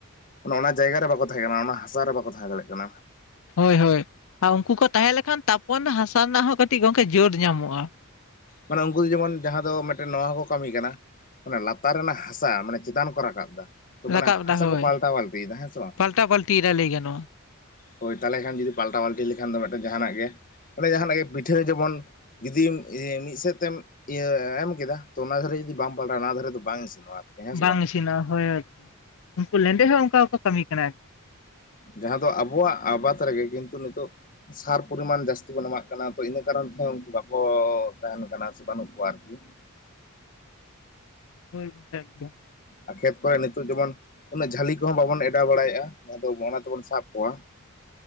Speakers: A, on the left; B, on the left.
A: ᱚᱱᱟ ᱡᱟᱭᱜᱟ ᱨᱮ ᱵᱟᱠᱚ ᱛᱟᱦᱮᱸ ᱠᱟᱱᱟ ᱚᱱᱟ ᱦᱟᱥᱟ ᱨᱮ ᱵᱟᱠᱚ ᱛᱟᱦᱮᱸ ᱫᱟᱲᱮᱭᱟᱜ ᱠᱟᱱᱟ
B: ᱦᱳᱭ ᱦᱳᱭ ᱟᱨ ᱩᱱᱠᱩ ᱠᱚ ᱛᱟᱦᱮᱸ ᱞᱮᱠᱷᱟᱱ ᱛᱟᱯᱚᱱ ᱦᱟᱥᱟ ᱨᱮᱱᱟᱜ ᱦᱚᱸ ᱠᱟᱹᱴᱤᱡ ᱜᱚᱝᱠᱮ ᱡᱳᱨ ᱧᱟᱢᱚᱜ-ᱟ
A: ᱢᱟᱱᱮ ᱩᱱᱠᱩ ᱫᱚ ᱡᱮᱢᱚᱱ ᱡᱟᱦᱟᱸ ᱫᱚ ᱢᱤᱫᱴᱮᱱ ᱱᱚᱣᱟ ᱦᱚᱸᱠᱚ ᱠᱟᱹᱢᱤ ᱠᱟᱱᱟ᱾ ᱚᱱᱟ ᱞᱟᱛᱟᱨ ᱨᱮᱱᱟᱜ ᱦᱟᱥᱟ ᱢᱟᱱᱮ ᱪᱮᱛᱟᱱ ᱠᱚ ᱨᱟᱠᱟᱵ ᱮᱫᱟ᱾ ᱛᱚ ᱢᱟᱱᱮ
B: ᱨᱟᱠᱟᱵ ᱮᱫᱟ
A: ᱦᱟᱥᱟ
B: ᱦᱳᱭ
A: ᱠᱚ ᱯᱟᱞᱴᱟᱣ ᱯᱟᱞᱴᱤᱭᱮᱫᱟ ᱦᱮᱸᱥᱮ ᱵᱟᱝ
B: ᱯᱟᱞᱴᱟ ᱯᱟᱞᱴᱤ ᱮᱫᱟ ᱞᱟᱹᱭ ᱜᱟᱱᱚᱜᱼᱟ
A: ᱦᱳᱭ ᱛᱟᱦᱚᱞᱮ ᱠᱷᱟᱱ ᱡᱩᱫᱤ ᱯᱟᱞᱴᱟᱣ ᱯᱟᱞᱴᱤ ᱞᱮᱠᱷᱟᱱ ᱫᱚ ᱢᱤᱫᱴᱮᱱ ᱡᱟᱦᱟᱱᱟᱜ ᱜᱮ ᱚᱱᱮ ᱡᱟᱦᱟᱱᱟᱜ ᱜᱮ ᱯᱤᱴᱷᱟᱹ ᱡᱮᱢᱚᱱ ᱡᱩᱫᱤᱢ ᱥᱮᱫ ᱛᱮᱢ ᱤᱭᱟᱹ ᱮᱢ ᱠᱮᱫᱟ ᱛᱚ ᱚᱱᱟ ᱫᱷᱟᱨᱮ ᱡᱩᱫᱤ ᱵᱟᱢ ᱯᱟᱞᱴᱟᱣᱟ ᱚᱱᱟ ᱫᱷᱟᱨᱮ ᱫᱚ ᱵᱟᱝ ᱤᱥᱤᱱᱚᱜᱼᱟ ᱟᱨᱠᱤ ᱦᱮᱸ ᱥᱮ
B: ᱵᱟᱝ ᱤᱥᱤᱱᱟ ᱦᱳᱭ ᱮᱠᱫᱚᱢ ᱩᱱᱠᱩ ᱞᱮᱸᱰᱮ ᱦᱚᱸ ᱚᱱᱠᱟᱠᱚ ᱠᱟᱹᱢᱤ ᱠᱟᱱᱟ
A: ᱡᱟᱦᱟᱸ ᱫᱚ ᱟᱵᱚᱣᱟᱜ ᱟᱵᱟᱫᱽ ᱨᱮᱜᱮ ᱠᱤᱱᱛᱩ ᱱᱤᱛᱚᱜ ᱥᱟᱨ ᱯᱚᱨᱤᱢᱟᱱ ᱡᱟᱹᱥᱛᱤ ᱵᱚᱱ ᱮᱢᱟᱜ ᱠᱟᱱᱟ ᱛᱚ ᱤᱱᱟᱹ ᱠᱟᱨᱚᱱ ᱛᱮ ᱩᱱᱠᱩ ᱵᱟᱠᱚ ᱛᱟᱦᱮᱱ ᱠᱟᱱᱟ ᱥᱮ ᱵᱟᱹᱱᱩᱜ ᱠᱚᱣᱟ ᱟᱨᱠᱤ
B: ᱦᱳᱭ <unintelligible>
A: ᱟᱨ ᱠᱷᱮᱛ ᱠᱚᱨᱮ ᱱᱤᱛᱚᱜ ᱡᱮᱢᱚᱱ ᱩᱱᱟᱹᱜ ᱠᱷᱮᱛ ᱠᱚᱨᱮ ᱱᱤᱛᱳ ᱮᱢᱚᱱ ᱡᱷᱟᱹᱞᱤ ᱠᱚᱦᱚᱸ ᱵᱟᱵᱚᱱ ᱮᱰᱟᱣ ᱵᱟᱲᱟᱭᱮᱫᱼᱟ ᱡᱟᱦᱟᱸ ᱫᱚ ᱚᱱᱟ ᱛᱮᱵᱚᱱ ᱥᱟᱵ ᱠᱚᱣᱟ